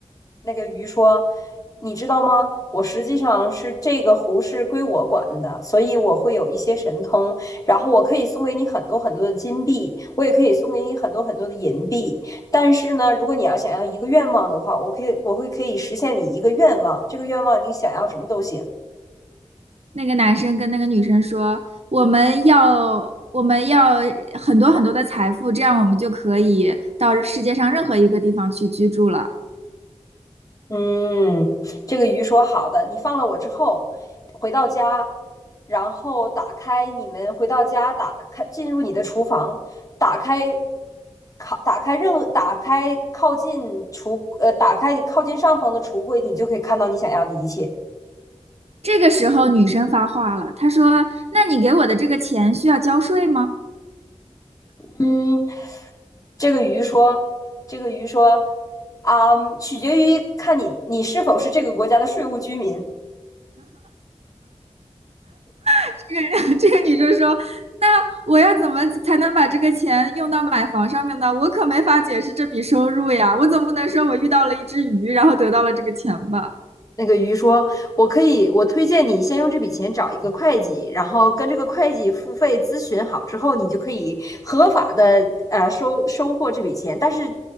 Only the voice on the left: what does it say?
那个鱼说：“你知道吗？我实际上是这个湖是归我管的，所以我会有一些神通，然后我可以送给你很多很多的金币，我也可以送给你很多很多的银币。但是呢，如果你要想要一个愿望的话，我可以我会可以实现你一个愿望，这个愿望你想要什么都行。”
嗯，这个鱼说好的，你放了我之后，回到家，然后打开你们回到家，打开进入你的厨房，打开靠打开任何打开靠近橱呃打开靠近上方的橱柜，你就可以看到你想要的一切。
嗯，这个鱼说，这个鱼说，啊，取决于看你你是否是这个国家的税务居民。
那个鱼说：“我可以，我推荐你先用这笔钱找一个会计，然后跟这个会计付费咨询好之后，你就可以合法的呃收收获这笔钱。但是